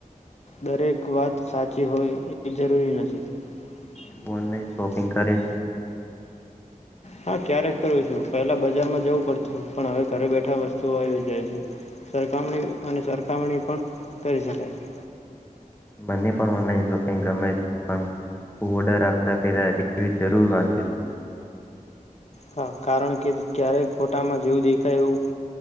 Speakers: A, on the left (about 50°); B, on the left (about 15°).
A: દરેક વાત સાચી હોય એ જરૂરી નથી બ શચન
B: તું ઓનલાઈન શોપિંગ કરે
A: કર છે હા ક્યારેક કરું છું પહેલાં બજારમાં જવું પડતું પણ હવે ઘરે બેઠા વસ્તુઓ આવી જાય છે સરખામણી અને સરખામણી પણ કરી શકાય છે
B: બંને પણ ઓનલાઈન જો ગમે છે પણ ઓર્ડર આપતા પેલા તેવી જરૂર વાંચી છો
A: હા કારણ કે ક્યારેક ફોટામાં જેવું દેખાય એવું